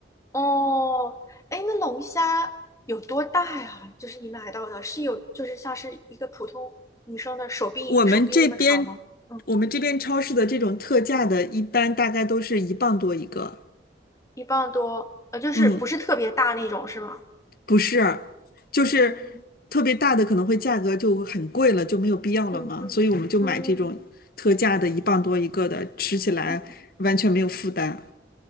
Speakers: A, on the left; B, on the left.
A: 哦，哎，那龙虾有多大呀？就是你买到的，是有就是像是一个普通女生的手臂手臂那么长吗？
B: 我们这边我们这边超市的这种特价的，
A: 嗯，
B: 一般大概都是一磅多一个。
A: 一磅多，呃，就是不是特别大那种，
B: 嗯，
A: 是吗？
B: 不是，就是
A: 嗯嗯嗯
B: 特别大的可能会价格就很贵了，就没有必要了嘛，
A: 嗯嗯嗯
B: 所以我们就买这种特价的，一磅多一个的，吃起来完全没有负担。
A: 嗯